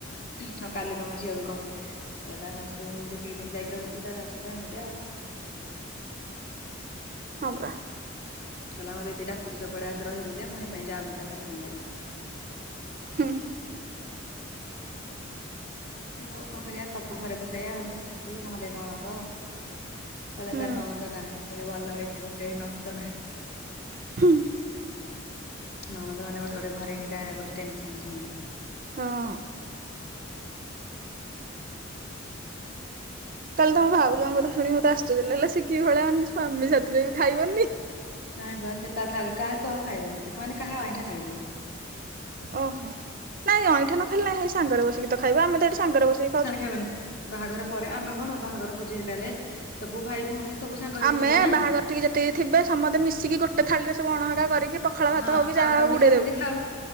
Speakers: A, on the left; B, on the right.
A: ହଁ କାଲି ତମ ଝିଅ ବି କହୁଥିଲା ତା ଶାଶୁ ମୁଁ ଯେତିକି ଦିନ ଯାଇକି ରହିଛି ତା ଶାଶୁ ତ ଏମିତି ଆଉ।
B: ହଁ ପରା
A: କହିଲା ମତେ ଦେଇ ଡାକୁଛି ସବୁବେଳେ ଆସେ ରହିବୁ ଯେ ମୁଁ ହେଇଥିପାଇଁ ଯାଉନି ତା ଶାଶୁ ଘର ଲାଗି।
B: ହୁଁ
A: ମୁଁ କହିଲି ହଉ କଣ କରିବା ସବୁ ଘରେ ତ ସେଇଆ ଆଉ ଶାଶୁ ନହେଲେ ନଣନ୍ଦ। କହିଲେ
B: ହୁଁ
A: ତାର ନଣନ୍ଦ ନାହିଁ ମୁଁ କହିଲି ଭଲ ହେଇଛି ଗୋଟେ ନଣନ୍ଦ ନାହିଁ।
B: ହୁଁ
A: ନଣନ୍ଦ ମାନେ ଗୋଟେ ଗୋଟେ ଘରେ ହେଇଟା ଗୋଟେ ଟେନସନ ସେମାନେ
B: ହଁ କହିଲି ତମ ଭାଉଜାଙ୍କ କଥା ଶୁଣି ମତେ ଆଶ୍ଚର୍ଯ୍ୟ ହେଲା ସେ କିି ଭଳିଆ ମାନେ ସ୍ୱାମୀ ସାଥିରେ ବି ଖାଇବନି।
A: ନାଇଁ ବା ସେ ତା କାହା ସହ ଖାଇବନି ସେ ମାନେ କାହା ଅଇଁଠା ଖାଇବନି।
B: ଓହୋ ନାଇଁ ଅଇଁଠା ନ ଖାଲେ ନାଇଁ ସାଙ୍ଗରେ ବସିକି ତ ଖାଇବା ଆମେ ତ ଏଠି ସାଙ୍ଗରେ ବସିକି ଖାଉଛୁ।
A: ଖାଇବନି। ବାହାଘର ପରେ ଆମେ କଣ ବାହାଘର ବୋଝି ହେରିକା ହେଲେ ସବୁ ଭାଇ ଭଉଣୀ, ସବୁ ସାଙ୍ଗ ହେଇକି
B: ଆମେ
A: ଥିବେ ନା
B: ବାହାଘର ଟିକେ ଯେତିକି ଥିବେ ସମସ୍ତେ ମିଶିକି ଗୋଟେ ଥାଳିରେ ସବୁ ଅଣହେକା କରିକି ପଖଳା
A: ହଁ
B: ଭାତ ହଉକି ଯାହାଉ
A: ଆମେ ବି
B: ଉଡ଼େଇ
A: ସେମିତି
B: ଦବୁ।
A: ଖାଉ।